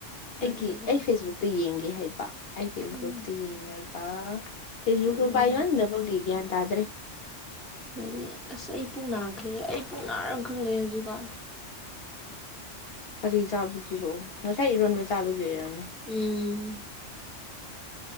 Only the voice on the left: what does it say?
ꯑꯩꯒꯤ
ꯑꯩ ꯐꯦꯁꯕꯨꯛꯇ ꯌꯦꯡꯒꯦ ꯍꯥꯏꯕ ꯑꯩ ꯐꯦꯁꯕꯨꯛꯇꯤ
ꯌꯦꯡꯉꯒ ꯐꯦꯁꯕꯨꯛꯁꯨ
ꯄꯥꯏꯃꯟꯗꯕꯒꯤ ꯒ꯭ꯌꯥꯟ ꯇ ꯗ꯭ꯔꯦ
ꯀꯔꯤ ꯆꯥꯕꯒꯤꯔꯣ ꯉꯁꯥꯏ ꯏꯔꯣꯟꯕ ꯆꯥꯕꯒꯤ ꯑꯣꯏꯔꯝꯅꯦ